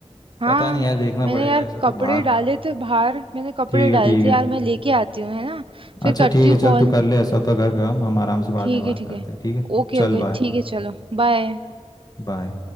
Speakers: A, on the right (about 55°); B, on the left (about 35°).
A: हाँ
B: पता नहीं यार देखना
A: मैंने
B: पड़ेगा
A: यार
B: ऐसा
A: कपड़े
B: तो बाहर
A: डाले थे बाहर मैंने कपड़े
B: ठीक
A: डाले
B: है ठीक
A: थे
B: है
A: यार मैं लेके आती हूँ है ना फिर
B: अच्छा
A: करती
B: ठीक
A: हूँ
B: है चल
A: कॉल
B: तू कर ले ऐसा तो घर का काम हम आराम से बाद
A: ठीक
B: में बात
A: है ठीक
B: करते
A: है
B: हैं ठीक है
A: ओके
B: चल
A: ओके
B: बाय
A: ठीक है चलो बाय
B: बाय